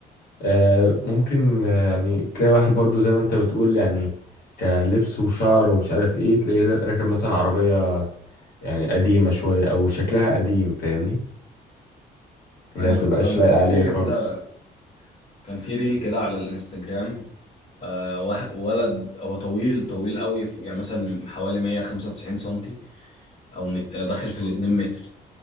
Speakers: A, on the left; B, on the left.
A: آه ممكن آه يعني تلاقي واحد برضو زي ما انت بتقول يعني كلبس وشعر ومش عارف ايه تلاقيه راكب مثلا عربيه يعني قديمه شويه او شكلها قديم فاهمني اللي
B: ايوه
A: هي ما
B: انا
A: تبقاش
B: فاهمك
A: لايقه
B: كان في
A: عليه
B: فيديو
A: خالص
B: كده كان في ريل كده على الانستجرام آه وه- ولد هو طويل طويل قوي ف- يعني مثلا حوالي 195 سنتي او مت... آه، داخل في ال 2 متر